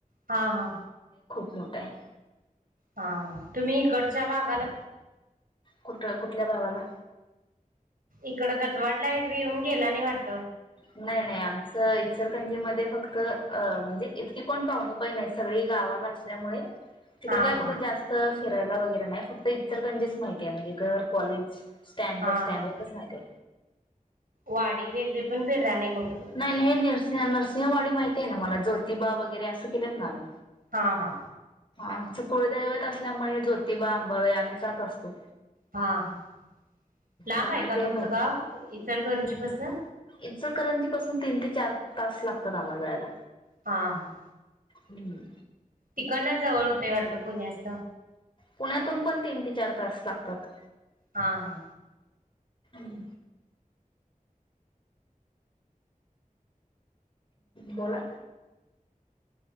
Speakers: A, on the right; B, on the left.
A: हा हा
B: मोठय
A: हा तुम्ही इकडच्या भागाला
B: कुठ कुठल्या भावाला
A: इकडं दतवाडला वग येऊन गेला आणि वाटत
B: नाही नाही आमचं इचरकंजी मध्ये फक्त म्हणजे इतकी कोण पाहुणी पहि नाही सगळी गावाला असल्यामुळे तिकड
A: हा
B: काय कुठे
A: हा
B: जास्त फिरायला वगैरे नाही फक्त इतर त्यांणच माहिती आहे म्हणजे गर कॉलेज स्टँड
A: हा
B: बस स्टँड
A: हा
B: एवढच मा
A: वाडी वगैरे पण फिरला नाही मग तुम्ही
B: नाही नाही हे नसिंह नरसिंहवाडी माहिती आहे ना मला ज्योती प्रतिबा वगैरे असं केलेत ना आम्ही
A: हा हा
B: आमचं कुळदैवत असल्यामुळे ज्योतिबा आंबावे आम्ही जात असतो.
A: हा हा लांब
B: त्यामुळे
A: आहे का
B: ते
A: तुमचं
B: माहिती
A: गाव इचलकरंजीपसन
B: इचकरंजीपासून तीन ते चार तास लागतात आम्हाला जायला.
A: हा हा
B: हम्म
A: तिकड ना जवळ होतेय वाटतं पुण्यास
B: पुण्यातून पण तीन ते चार तास लागतात.
A: हा हा
B: हम्म बोला